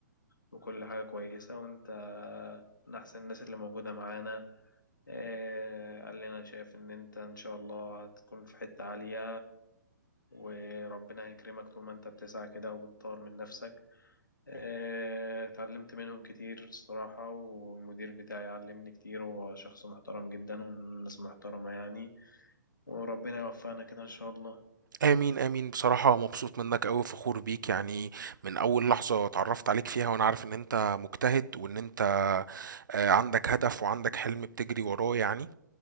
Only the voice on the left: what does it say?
بكل حاجة كويسة وانت من احسن الناس اللي موجودة معانا آه، قال لي انا شايف ان انت ان شاء الله هتكون في حتة عالية وربنا هيكرمك طول ما انت بتسعى كده وبتطور من نفسك آه، اتعلمت منهم كتير الصراحة والمدير بتاعي علمني كتير هو شخص محترم جدا والناس محترمة يعني وربنا يوفقنا كده إن شاء الله